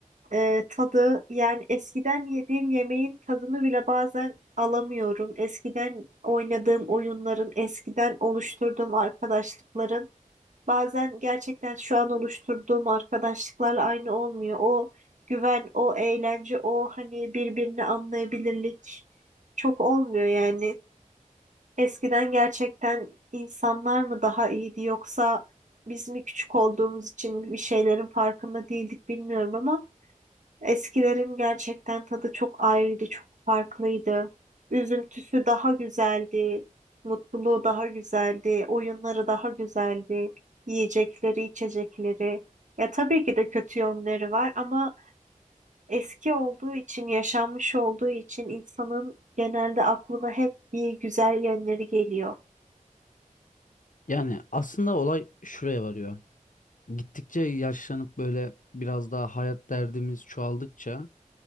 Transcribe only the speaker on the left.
Yani aslında olay şuraya varıyor. Gittikçe yaşlanıp böyle biraz daha hayat derdimiz çoğaldıkça